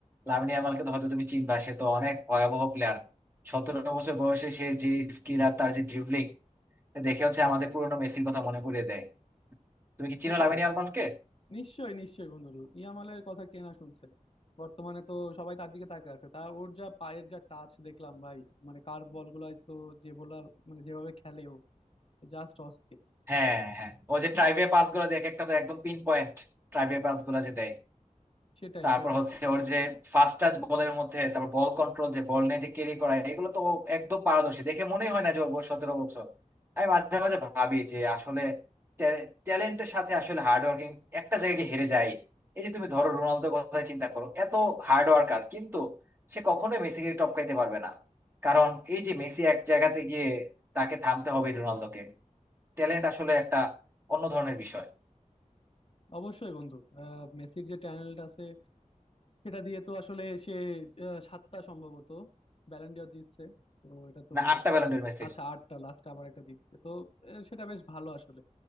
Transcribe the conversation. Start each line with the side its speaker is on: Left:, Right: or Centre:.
Right: লামিনে আমালকে তো হয়তো তুমি চিনবা সে তো অনেক ভয়াবহ প্লেয়ার সতেরো বছর বয়সে সে যে স্কিল আর তার যে ড্রিবলিং দেখে হচ্ছে আমাদের পুরোনো মেসির কথা মনে করিয়ে দেয় তুমি কি চিনো
Left: সেটাই
Right: লামিনে আমালকে
Left: নিশ্চয়ই নিশ্চয়ই বন্ধু ইয়ামালের কথা কে না শুনছে বর্তমানে তো সবাই তার দিকে তাকিয়ে আছে তা ওর যা পায়ের যা টাচ দেখলাম ভাই মানে কার্ভ বল গুলাই তো যে বোলার মানে যেভাবে খেলে ও জাস্ট অস্থির
Right: হ্যাঁ হ্যাঁ ও যে
Left: কিন-
Right: ট্রাইভে পাস গুলো দেয় এক একটা তো একদম পিন পয়েন্ট ট্রাইভে পাস গুলো যে দেয়
Left: সেটাই
Right: তারপর
Left: সেটাই
Right: হচ্ছে ওর যে ফাস্ট টাচ বলের মধ্যে তারপর বল কন্ট্রোল যে বল নিয়ে যে ক্যারি করা এগুলো তো ও একদম পারদর্শী দেখে মনেই হয় না যে ওর বয়স সতেরো বছর আমি মাঝে মাঝে ভাবি যে আসলে ট্যালেন্টের সাথে আসলে হার্ড ওয়ার্কিং একটা জায়গায় গিয়ে হেরে যায় এই যে তুমি ধরো রোনালদোর কথাই চিন্তা করো এত হার্ড ওয়ার্কার কিন্তু সে কখনোই মেসিকে টপকাইতে পারবে না কারণ এই যে মেসি এক জায়গাতে গিয়ে তাকে থামতে হবে রোনালদোকে ট্যালেন্ট আসলে একটা অন্য ধরনের বিষয়
Left: অবশ্যই বন্ধু আহ, মেসির যে ট্যালেন্ট আছে সেটা দিয়ে তো আসলে সে আহ, সাতটা সম্ভবত ব্যালেন্ডিয়র জিতছে তো এটা তো
Right: না আটটা ব্যালন্ডোর মেসি
Left: আচ্ছা আটটা লাস্ট আবার একটা জিতছে তো আহ, সেটা বেশ ভালো আসলে